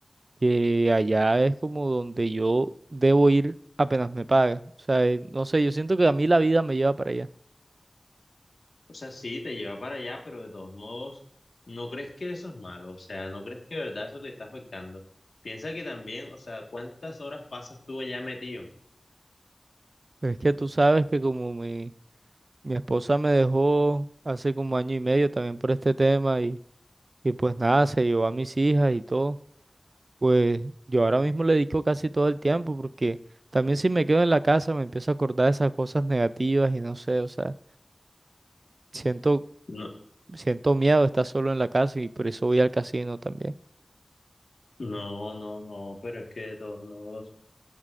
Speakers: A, on the right; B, on the left.
A: que allá es como donde yo debo ir apenas me pagan. O sea, eh, no sé, yo siento que a mí la vida me lleva para allá.
B: O sea, sí, te lleva para allá, pero de todos modos, ¿no crees que eso es malo? O sea, ¿no crees que de verdad eso te está afectando? Piensa que también, o sea, ¿cuántas horas pasas tú allá metido?
A: Pero es que tú sabes que como mi, mi esposa me dejó hace como año y medio también por este tema y, y pues nada, se llevó a mis hijas y todo, pues yo ahora mismo le dedico casi todo el tiempo porque también si me quedo en la casa me empiezo a acordar de esas cosas negativas y no sé, o sea, siento,
B: No,
A: siento miedo de estar solo en la casa y por eso voy al casino también.
B: no, no, no, pero es que de todos modos,